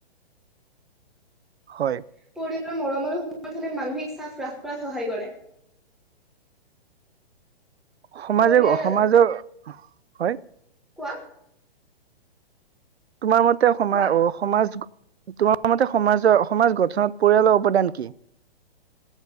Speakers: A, in the centre; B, on the right.
A: <unintelligible>
B: হয়ঁ!
A: পৰিয়ালৰ মৰম আৰু সমৰ্থনে মানসিক চাপ হ্ৰাস কৰাত সহায় কৰে।
B: সমাজে
A: পৰিয়াল
B: সমাজৰ হয়ঁ।
A: কোৱা-
B: তোমাৰ মতে সমাই
A: কোৱা
B: অহ- সমাজ তোমাৰ মতে সমাজৰ সমাজ গঠনত পৰিয়ালৰ অৱদান কি?